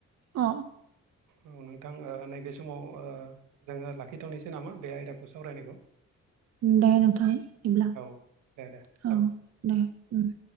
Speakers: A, on the right; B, on the right.
A: अ
B: ओ थां ओ नैबे ओ समाव जोङो लाखिथावनोसै नामा बे आयदाखौ सावरायनायखौ?
A: दे नोंथां बिब्ला
B: औ दे दे जाबाय
A: औ दे उम